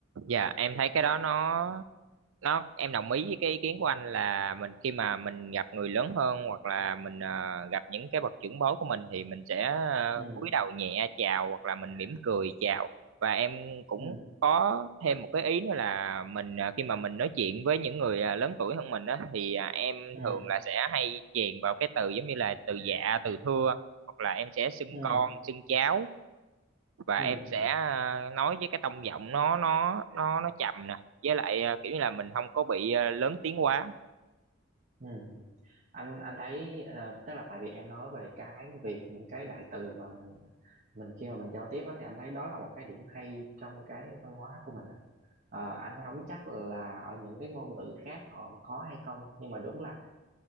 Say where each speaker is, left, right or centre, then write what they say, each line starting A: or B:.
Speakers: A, on the right; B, on the right.
A: dạ em thấy cái đó nó nó em đồng ý với cái ý kiến của anh là mình khi mà mình gặp người lớn hơn hoặc là mình ờ, gặp những cái bậc trưởng bối của mình thì mình sẽ ờ,
B: ừ
A: cúi đầu nhẹ chào hoặc là mình mỉm cười chào và em cũng
B: ừ
A: có thêm một cái ý nữa là mình ờ, khi mà mình nói chuyện với những người ờ, lớn tuổi hơn mình đó thì à, em
B: ừ
A: thường là sẽ hay chèn vào cái từ giống như là từ dạ từ thưa hoặc là em sẽ xưng
B: ừ
A: con xưng cháu và
B: ừ
A: em sẽ
B: ừ
A: à, nói với cái tông giọng nó nó nó nó trầm nè với lại à, kiểu như là mình không có bị à, lớn tiếng quá
B: ừ ừ. anh anh thấy ờ, tức là tại vì em nói về cái việc những cái đại từ mà mình mình khi mà mình giao tiếp á, thì anh thấy đó là một cái điểm hay trong cái văn hóa của mình á. Ờ, anh không chắc là ở những cái ngôn ngữ khác họ có hay không nhưng mà đúng là